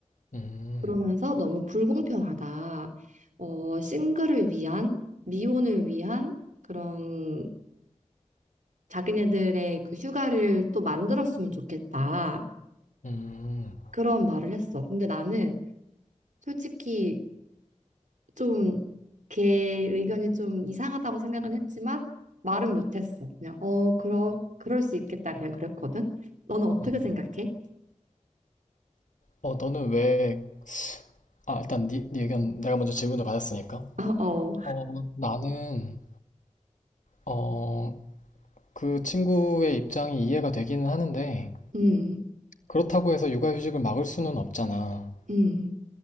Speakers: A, on the left; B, on the right.
A: 음.
B: 그러면서 너무 불공평하다. 어, 싱글을 위한, 미혼을 위한 그런 자기네들의 그 휴가를 또 만들었으면 좋겠다.
A: 음.
B: 그런 말을 했어. 근데 나는 솔직히 좀 걔 의견이 좀 이상하다고 생각은 했지만 말은 못했어. 그냥 어, 그럼 그럴 수 있겠다. 그냥 그랬거든. 너는 어떻게
A: 음.
B: 생각해?
A: 어 너는 왜 아, 일단 네, 네 의견 내가 먼저 질문을 받았으니까.
B: <laughs> 어, 어,
A: 어 나는 어 그 친구의 입장이 이해가 되기는 하는데
B: 음,
A: 그렇다고 해서 육아휴직을 막을 수는 없잖아.
B: 음.